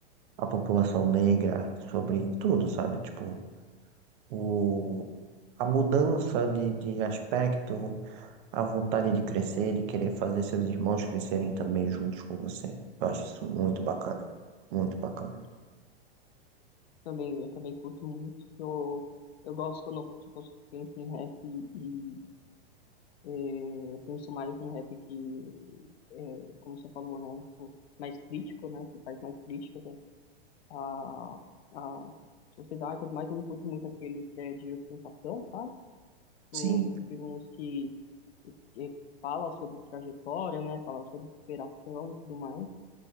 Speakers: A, on the right (about 55°); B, on the left (about 75°).
A: a população negra, sobre tudo, sabe? Tipo, o, a mudança de, de aspecto A vontade de crescer e querer fazer seus irmãos crescerem também juntos com você. Eu acho isso muito bacana. Muito bacana.
B: Também, eu também curto muito. Eu, eu gosto quando tipo, eu penso em rap e é, eu penso mais no rap que, é, como você falou, né? Tipo, mais crítico, né? Que faz mais críticas à, à sociedade. Mas eu não curto muito aqueles que é de ostentação, sabe?
A: Sim,
B: Eu prefiro uns que, que fala sobre trajetória, né? Fala sobre superação e tudo mais.